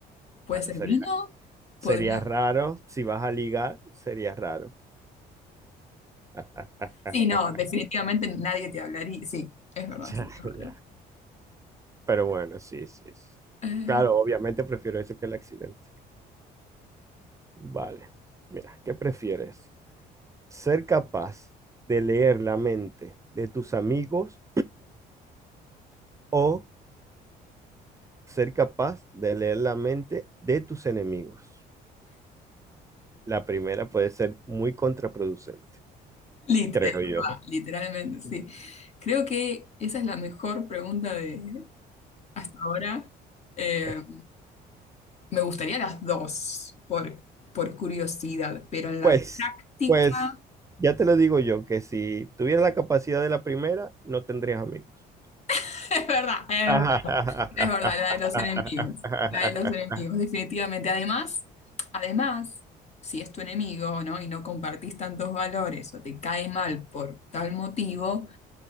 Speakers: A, on the left; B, on the right.
A: puede
B: Bueno,
A: ser
B: sería,
A: vino,
B: sería
A: podría.
B: raro. Si vas a ligar, sería raro. <laughs>
A: Sí, no, definitivamente nadie te hablaría. Sí, es verdad,
B: Ya,
A: sería
B: ya.
A: raro.
B: Pero bueno, sí, sí, sí.
A: Eh,
B: Claro, obviamente prefiero eso que el accidente. Vale. Mira, ¿qué prefieres? ¿Ser capaz de leer la mente de tus amigos o ser capaz de leer la mente de tus enemigos? La primera puede ser muy contraproducente,
A: Lit-
B: creo
A: es
B: yo.
A: verdad, literalmente, sí. Creo que esa es la mejor pregunta de hasta ahora. Eh,
B: <laughs>
A: me gustaría las dos, por, por curiosidad, pero en la
B: Pues,
A: práctica,
B: pues, ya te lo digo yo, que si tuvieras la capacidad de la primera, no tendrías amigos.
A: <laughs> es verdad, eh,
B: <laughs>
A: es verdad, la de los enemigos, la de los enemigos, definitivamente. Además, además, si es tu enemigo, ¿no? Y no compartís tantos valores o te cae mal por tal motivo,